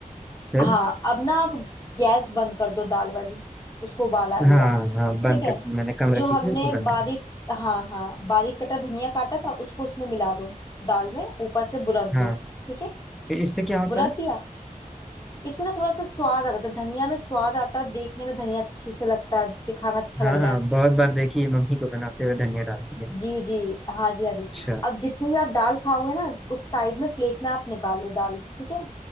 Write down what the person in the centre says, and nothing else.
फिर
हाँ
हाँ बंद
कर दी मैंने कम
रखी
थी उसको बंद कर
दिया
हाँ
तो इससे क्या होता
है
हाँ
हाँ
बहुत बार देखिए मम्मी को बनाते हुए धनिया डालती है
अच्छा